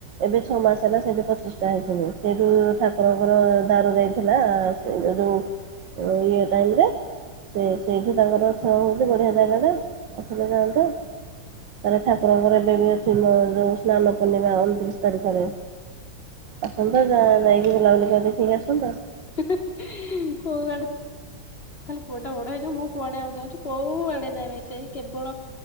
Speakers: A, on the right; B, on the left.
A: ଏବେ ଛଅ ମାସ ହେଲା ସେଇଠି ପଚିଶଟା ହେଇସିନି ସେଇଠୁ ଠାକୁରଙ୍କର ଦାରୁ ଯାଇଥିଲା ସେ ଯେଉଁ ଇଏ ଟାଇମ ସେ ସେଇଠୁ ତାଙ୍କର ବଢି ଜାଗା ଆସିଲେ ଯାଆନ୍ତ ତାଲେ ଠାକୁରଙ୍କର ଏବେ ବି ଅଛି ମୋ ଯଉ ସ୍ନାନ ପୂର୍ଣିମା ଅଣତିରିଶ ତାରିଖରେ ଆସନ୍ତତା ଯ
B: ଓହୋ
A: ଯାଇକି ବୁଲାବୁଲି କରି ଦେଖିକି ଆସନ୍ତ
B: କୋଉ କୁଆଟା ବଡ ହେଇଛ ମୁଁ କୁଆଡେ ଆଉ ଯାଉଛଛି କୋଉ ଆଡେ ଯାଇନି ସେଇ କେବଳ